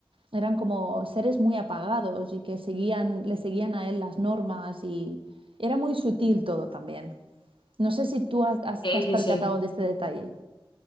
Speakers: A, on the right; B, on the left.
A: eran como seres muy apagados y que seguían, le seguían a él las normas y era muy sutil todo también. No sé si tú has- has-
B: Sí,
A: te has
B: sí,
A: percatado
B: sí.
A: de este detalle.